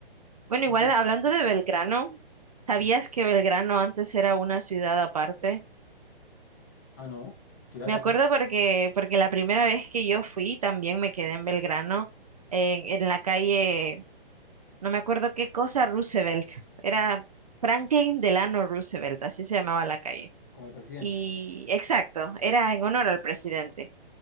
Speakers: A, on the right; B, on the left.
A: Bueno,
B: Sí.
A: igual hablando de Belgrano, ¿sabías
B: sí.
A: que Belgrano antes era una ciudad aparte?
B: Ah, no, ciudad
A: Me
B: aparte,
A: acuerdo porque, porque la primera vez que yo fui también me quedé en Belgrano, en, en la calle, no me acuerdo qué cosa, Roosevelt. Era Franklin Delano Roosevelt, así se llamaba la calle.
B: con el presidente.
A: Y exacto, era en honor al presidente.